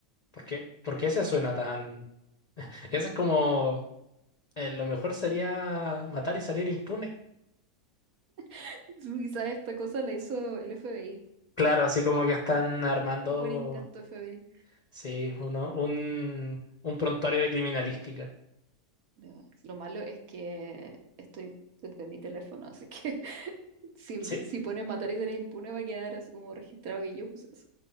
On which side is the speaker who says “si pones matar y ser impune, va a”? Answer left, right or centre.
Right